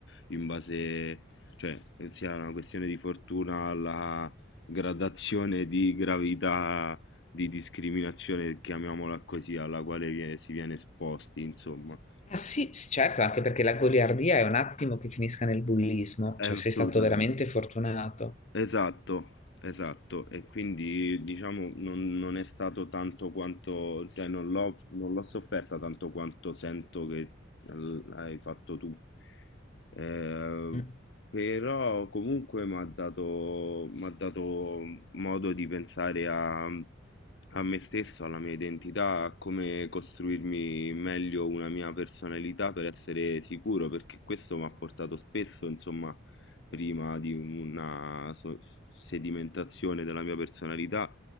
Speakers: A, on the left (about 60°); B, on the left (about 35°).
A: in base, cioè sia una questione di fortuna alla gradazione di gravità di discriminazione, chiamiamola così, alla quale vie- si viene esposti, insomma.
B: Ah, sì, s- certo, anche perché la goliardia è un attimo che finisca nel bullismo,
A: Eh,
B: cioè
A: Assolutamente.
B: sei stato veramente fortunato.
A: Esatto, esatto, e quindi diciamo non, non è stato tanto quanto, cioè non l'ho non l'ho sofferta tanto quanto sento che l- hai fatto tu. Eh,
B: Mm.
A: però comunque mi ha dato, m'ha dato modo di pensare a, a me stesso, alla mia identità, a come costruirmi meglio una mia personalità per essere sicuro, perché questo mi ha portato spesso, insomma prima di una so- sedimentazione della mia personalità